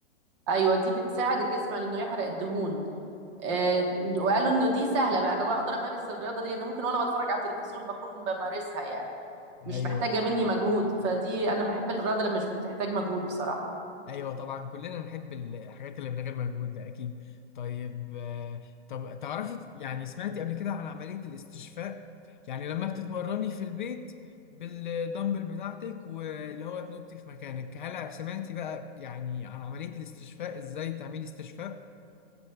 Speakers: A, on the right (about 25°); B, on the left (about 45°).
A: ايوه دي بتساعد الجسم على انه يحرق الدهون آه، وقالوا انه دي سهله بقى انا بقدر امارس الرياضه دي لان ممكن وانا بتفرج على التلفزيون بكون بمارسها يعني مش
B: ايوه
A: محتاجه مني مجهود فدي انا بحب الرياضه اللي مش بتحتاج مجهود بصراحه
B: ايوه طبعا كلنا نحب الحاجات اللي من غير مجهود ده اكيد طيب آه، طب تعرفي يعني سمعتي قبل كده عن عمليه الاستشفاء يعني لما بتتمرني في البيت بالدمبل بتاعتك واللي هو تنطي في مكانك هل سمعتي بقى يعني عن عمليه الاستشفاء ازاي تعملي استشفاء